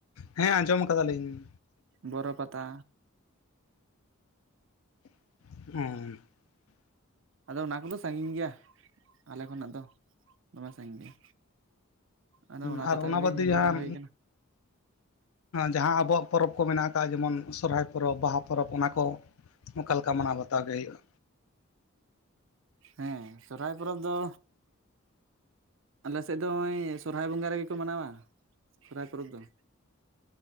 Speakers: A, on the left; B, on the right.
A: ᱦᱮᱸ ᱟᱸᱡᱚᱢ ᱟᱠᱟᱫᱟᱞᱤᱧ
B: ᱵᱚᱨᱚ ᱯᱟᱛᱟ
A: <inaudible>
B: ᱟᱫᱚ ᱚᱱᱟ ᱠᱚᱫᱚ ᱥᱟᱺᱜᱤᱧ ᱜᱮᱭᱟ ᱟᱞᱮ ᱠᱷᱚᱱᱟᱜ ᱫᱚ ᱫᱚᱢᱮ ᱥᱟᱺᱜᱤᱧ ᱜᱮᱭᱟ ᱟᱫᱚ
A: ᱦ ᱟᱨ
B: ᱯᱟᱛᱟ
A: ᱚᱱᱟ
B: ᱠᱚᱜᱮ
A: ᱵᱟᱫᱽᱮ
B: ᱧᱮᱞ
A: ᱡᱟᱦᱟᱸ
B: ᱵᱟᱲᱟ ᱦᱩᱭ ᱠᱟᱱᱟ
A: ᱡᱟᱦᱟᱸ ᱟᱵᱚᱣᱟᱜ ᱯᱚᱨᱚᱵᱽ ᱠᱚ ᱢᱮᱱᱟᱜ ᱟᱠᱟᱫ ᱡᱮᱢᱚᱱ ᱥᱚᱨᱚᱦᱟᱭ ᱯᱚᱨᱚᱵᱽ ᱵᱟᱦᱟ ᱯᱚᱨᱚᱵᱽ ᱚᱱᱟ ᱠᱚ ᱚᱱᱠᱟ ᱞᱮᱠᱟ ᱢᱟᱱᱟᱣ ᱵᱟᱛᱟᱣ ᱜᱮ ᱦᱩᱭᱩᱜᱼᱟ
B: ᱦᱮᱸ ᱥᱚᱨᱚᱦᱦᱟᱭ ᱯᱚᱨᱚᱵᱽ ᱫᱚ ᱟᱞᱮ ᱥᱮᱫ ᱫᱚ ᱱᱚᱜᱼᱚᱭ ᱥᱚᱨᱚᱦᱨᱟᱭ ᱵᱚᱸᱜᱟ ᱨᱮᱜᱮ ᱠᱚ ᱢᱟᱱᱟᱣᱟ ᱥᱚᱨᱚᱦᱟᱭ ᱯᱚᱨᱚᱵᱽ ᱫᱚ